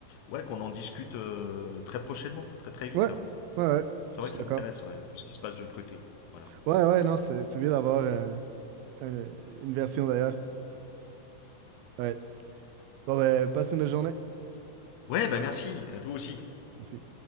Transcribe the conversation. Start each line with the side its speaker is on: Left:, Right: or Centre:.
Left: Ouais, qu'on en discute euh, très prochainement, très très vite.
Right: Ouais. Ouais, ouais.
Left: C'est
Right: Je
Left: vrai
Right: suis
Left: que ça
Right: d'accord.
Left: m'intéresse, ouais, tout ce qui se passe de l'autre côté. Voilà.
Right: Ouais, ouais, non, c'est c'est bien d'avoir euh, un- une version d'ailleurs. Ouais. Bon, ben, passe une bonne journée.
Left: Ouais, bah merci, à toi aussi.
Right: Merci.